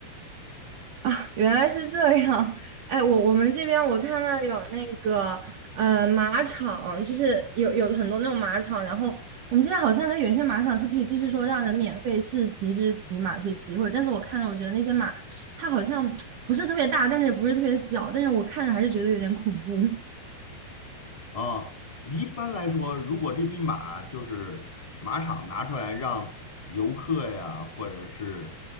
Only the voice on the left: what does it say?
啊，一般来说，如果这匹马就是马场拿出来让游客呀，或者是